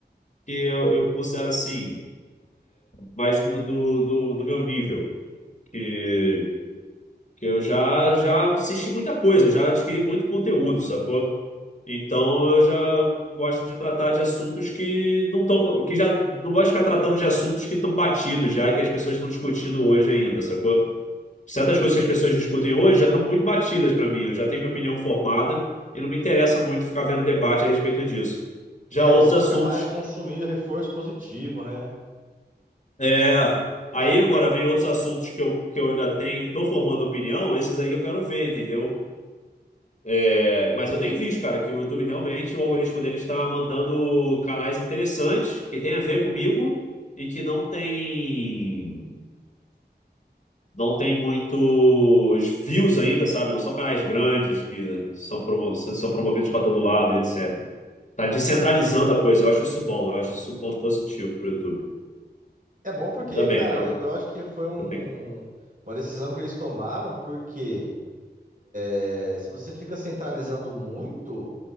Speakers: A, on the left; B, on the right.
A: que eu, eu considero assim, mais do, do, do do meu nível. Que Que eu já, já assisti muita coisa, já adquiri muito conteúdo, sacou? Então eu já gosto de tratar de assuntos que não estão, que já não gosto de ficar tratando de assuntos que estão batidos já, e que as pessoas estão discutindo hoje ainda, sacou? Certas coisas que as pessoas discutem hoje já estão muito batidas para mim, eu já tenho minha opinião formada e não me interessa muito ficar vendo debate a respeito disso. Já
B: É,
A: outros
B: você fica
A: assuntos,
B: mais consumindo
A: que-
B: reforço positivo, né?
A: é, aí agora vem outros assuntos que eu, que eu ainda tenho, estou formando opinião, esses aí que eu quero ver, entendeu? É, mas eu tenho visto, cara, que o YouTube realmente, o algoritmo dele está mandando canais interessantes que tem a ver comigo e que não tem, não tem muitos views ainda, sabe? Não são canais grandes que são, promo- são promovidos para todo lado, e etc. Tá descentralizando a coisa. Eu acho isso bom. Eu acho isso um ponto positivo pro YouTube.
B: É bom porque,
A: Ainda bem,
B: cara,
A: porque eu,
B: eu, eu acho que foi um,
A: eu tenho.
B: uma decisão que eles tomaram, porque é, se você fica centralizando muito,